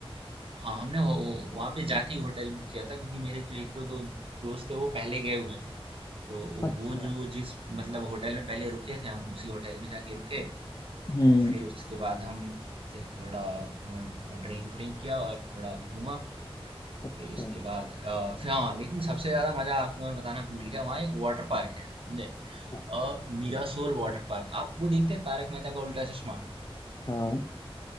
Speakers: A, on the right; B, on the left.
A: हाँ हमने वहां पे जाके ही होटल बुक किया था क्योंकि मेरे जो एक जो दो दोस्त थे वो पहले गए हुए थे तो
B: अच्छा
A: वो जो जिस मतलब होटल में पहले रुके थे हम उसी होटल में जाके रुके
B: हम्म
A: और फिर उसके बाद हम थे थोड़ा ड्रिंक व्रिंक किया और थोड़ा घूमा
B: अच्छा
A: फिर उसके बाद अ, फिर हाँ लेकिन सबसे ज्यादा मजा आपको मैं बताना भूल गया वहाँ एक वाटर पार्क है समझे
B: हाँ
A: अ, Mirasol water park आप वो देखते हैं तारक मेहता का उल्टा चश्मा
B: हाँ,